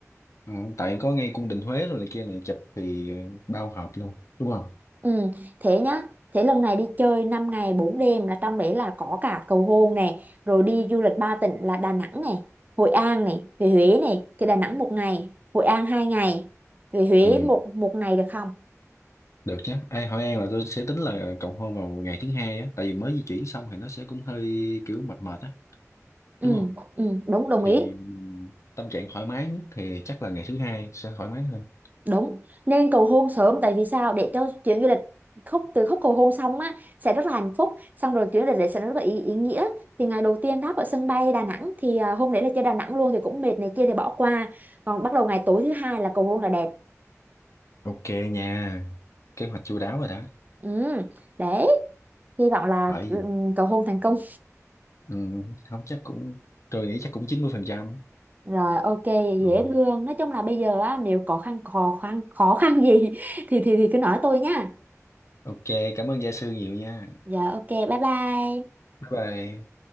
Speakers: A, on the left; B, on the right.
A: ừ, tại có ngay cung đình Huế rồi này kia này chụp thì bao hợp luôn đúng không
B: Ừ, thế nhá. Thế lần này đi chơi 5 ngày 4 đêm là trong đấy là có cả cầu hôn này, rồi đi du lịch ba tỉnh là Đà Nẵng này, Hội An này, về Huế này, thì Đà Nẵng một ngày, Hội An hai ngày, về Huế
A: ừ
B: một một ngày được không?
A: được chứ Ê, Hội An là tôi sẽ tính là cầu hôn vào ngày thứ hai á tại vì mới di chuyển xong thì nó sẽ cũng hơi kiểu mệt mệt á
B: Ừ,
A: đúng không
B: ừ, đúng đồng
A: thì
B: ý.
A: mình- tâm trạng thoải mái nhất thì chắc là ngày thứ hai sẽ thoải mái hơn
B: đúng nên cầu hôn sớm tại vì sao để cho chuyến du lịch khúc từ khúc cầu hôn xong á sẽ rất là hạnh phúc xong rồi chuyến du lịch đấy sẽ rất là ý, ý nghĩa thì ngày đầu tiên đáp ở sân bay Đà Nẵng thì à, hôm đấy là chơi Đà Nẵng luôn thì cũng mệt này kia thì bỏ qua còn bắt đầu ngày tối thứ hai là cầu hôn là đẹp
A: Ok nha, kế hoạch chu đáo rồi đó.
B: ừ đấy hy vọng là
A: Hỏi
B: ừ,
A: gì?
B: cầu hôn thành công
A: Ừ, không chắc cũng, tôi nghĩ chắc cũng 90%.
B: rồi ok
A: Ừ.
B: dễ thương nói chung là bây giờ á nếu có khăn khó khăn khó khăn gì <laughs> thì thì thì cứ nói tôi nha
A: Ok, cảm ơn gia sư nhiều nha.
B: dạ ok bye bye
A: Bye bye.